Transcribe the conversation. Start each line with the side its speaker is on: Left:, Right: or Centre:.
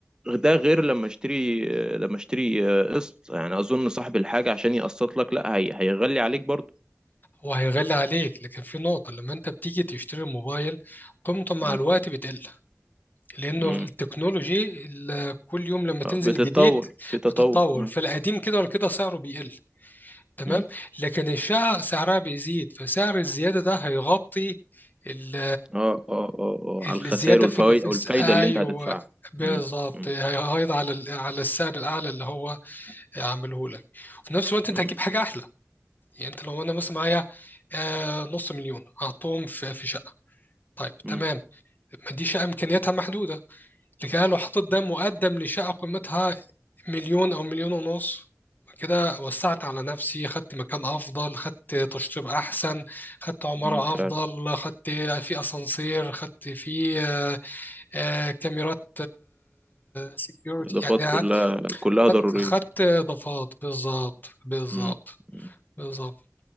Right: ده غير لما اشتري آه، لما اشتري آه، قسط يعني اظن صاحب الحاجه عشان يقسط لك لا هي... هيغلي عليك برضه
Left: هو هيغلي عليك لكن في نقطة لما أنت بتيجي تشتري موبايل قيمته مع
Right: م-
Left: الوقت بتقل لانه
Right: م.
Left: التكنولوجي ال- كل يوم لما تنزل
Right: بتتطور
Left: جديد
Right: في تطور
Left: بتتطور
Right: م-
Left: فالقديم كده ولا كده سعره بيقل تمام
Right: م.
Left: لكن الشقق سعرها بيزيد فسعر الزياده ده هيغطي ال
Right: اه اه اه اه
Left: ال-
Right: على الخسائر
Left: الزياده
Right: والفوائد
Left: في ال- في
Right: او
Left: الس-
Right: الفايدة
Left: ايوه
Right: اللي انت هتدفعها
Left: بالظبط
Right: مم، مم،
Left: هيغيض على ال- على السعر الاعلى اللي هو عامله لك وفي نفس الوقت انت
Right: مم،
Left: هتجيب حاجه احلى يعني انت لو انا مثلا معايا آه، نص مليون هحطهم في في شقه طيب
Right: مم،
Left: تمام ما دي شقه امكانياتها محدوده لكده لو حطيت ده مقدم لشقة قيمتها مليون أو مليون ونص كده وسعت على نفسي خدت مكان أفضل خدت تشطيب أحسن خدت عمارة
Right: مم، فعلا
Left: أفضل خدت في أسانسير خدت في آه، آه، كاميرات سيكيورتي
Right: الاضافات
Left: يعني
Right: كلها
Left: خدت
Right: كلها
Left: خدت
Right: ضرورية
Left: خدت إضافات بالظبط بالظبط
Right: مم، مم.
Left: بالظبط